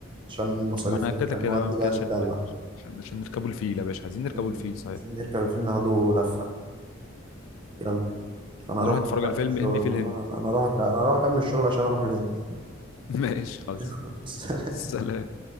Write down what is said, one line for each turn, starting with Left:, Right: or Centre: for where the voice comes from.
Right: عشان المصاريف
Left: ما انا كده
Right: هنا كان
Left: كده
Right: نودي
Left: بقى
Right: بقى
Left: كده عشان
Right: نتدلع
Left: عشان عشان نركبوا الفيل يا باشا عايزين نركبوا
Right: يلا،
Left: الفيل صحيح
Right: عايزين نركب الفيلم ناخده لفة يلا انا اروح
Left: نروح
Right: بقى
Left: نتفرج
Right: اكمل
Left: على فيلم
Right: الشغل
Left: هندي في الهند
Right: انا انا اروح انا اروح اكمل الشغل عشان اروح الهند
Left: <laughs> ماشي خالص
Right: <laughs>
Left: سلام